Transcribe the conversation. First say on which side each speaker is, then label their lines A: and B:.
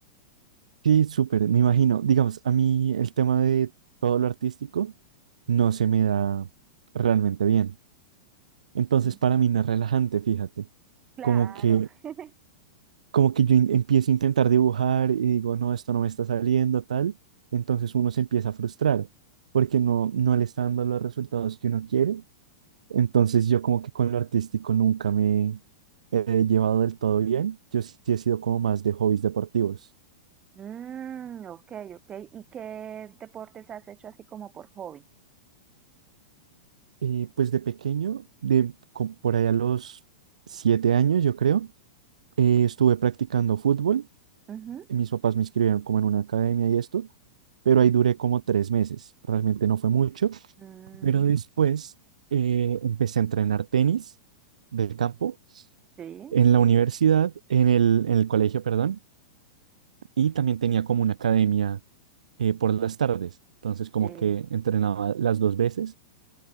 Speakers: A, on the right; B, on the right.
A: Sí, súper, me imagino. Digamos, a mí el tema de todo lo artístico no se me da realmente bien. Entonces,
B: Mm.
A: para mí no es relajante, fíjate.
B: Claro.
A: Como que,
B: <laughs>
A: como que yo in- empiezo a intentar dibujar y digo, no, esto no me está saliendo, tal. Entonces uno se empieza a frustrar porque no, no le está dando los resultados que uno quiere. Entonces, yo como que con lo artístico nunca me he llevado del todo bien. Yo sí he sido como más de hobbies deportivos.
B: Mm, ok, ok. ¿Y qué deportes has hecho así como por hobby?
A: Eh, pues de pequeño, de co- por allá a los siete años, yo creo, eh, estuve practicando fútbol.
B: Ujú.
A: Mis papás me inscribieron como en una academia y esto, pero ahí duré como tres meses. Realmente no fue mucho,
B: Mm,
A: pero después eh, empecé a entrenar tenis del campo
B: sí,
A: en la universidad, en el, en el colegio, perdón, y también tenía como una academia eh, por las tardes. Entonces como
B: sí.
A: que entrenaba las dos veces